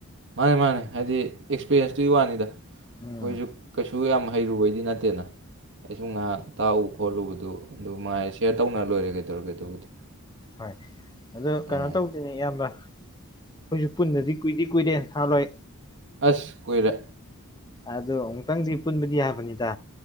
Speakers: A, on the right; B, on the left.
A: ꯃꯥꯅꯦ ꯃꯥꯅꯦ ꯍꯥꯏꯗꯤ ꯑꯦꯛꯁꯄꯤꯔꯌꯦꯟꯁꯇꯨꯒꯤ ꯋꯥꯅꯤꯗ ꯑꯩꯈꯣꯏꯁꯨ
B: ꯎꯝ
A: ꯀꯩꯁꯨ ꯌꯥꯝ ꯍꯩꯔꯨꯕꯒꯤ ꯅꯠꯇꯦꯗꯅ ꯑꯩꯁꯨ ꯉꯥꯏꯍꯥꯛ ꯇꯥꯛꯎꯕ ꯈꯣꯠꯂꯨꯕꯗꯨ ꯑꯗꯨ ꯃꯉꯥꯏ ꯁꯤꯔ ꯃꯥ ꯂꯣꯏꯔꯦ ꯀꯩꯗꯧꯔꯒꯦ ꯑꯗꯨꯕꯨꯗꯤ
B: ꯍꯣꯏ ꯑꯗꯣ ꯀꯩꯅꯣ
A: ꯎꯝ
B: ꯇꯧꯗꯣꯏꯅꯦ ꯏꯌꯥꯝꯕ ꯑꯩꯈꯣꯏꯁꯨ ꯄꯨꯟꯗꯕꯗꯤ ꯀꯨꯏꯗꯤ ꯀꯨꯏꯔꯦ ꯊꯥ ꯂꯣꯏ
A: ꯑꯁ ꯀꯨꯏꯔꯦ
B: ꯑꯗꯣ ꯑꯃꯨꯛꯇꯪꯗꯤ ꯄꯨꯟꯕꯗꯤ ꯌꯥꯕꯅꯤꯗ